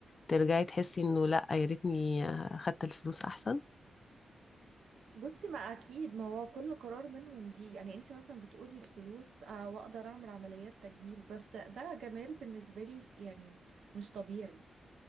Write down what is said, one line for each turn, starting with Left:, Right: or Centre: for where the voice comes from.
Left: ترجعي تحسي إنه لأ يا ريتني آه، خدت الفلوس أحسن
Right: بصي ما اكيد ما هو كل قرار منهم ليه يعني انت مثلا بتقولي الفلوس آه، واقدر اعمل عمليات تجميل بس ده جمال بالنسبه لي ف- يعني مش طبيعي